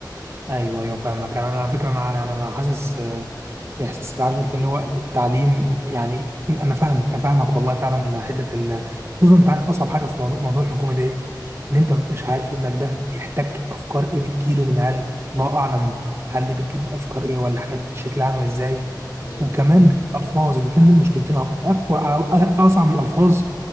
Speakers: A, on the right; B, on the left.
A: ايوه ايوه فاهمك انا أنا على فكره انا يعني انا حاسس آه، باحساس اللي عارف انت اللي هو التعليم يعني انا فاهمك انا فاهمك والله فعلا حته
B: مم.
A: ال- خصوصا انت عارف اصعب حاجه في موضوع موضوع الحكومه ده ايه ان انت مبتبقاش عارف ابنك ده بيحتك بافكار ايه بتجيله من عيال الله اعلم العيال دي بتجيب افكار ايه ولا حاجات شكلها عامل ازاي
B: ايوه
A: وكمان
B: ايوه
A: الالفاظ الاثنين دول مشكلتين أك- اكبر أ- اصعب من الالفاظ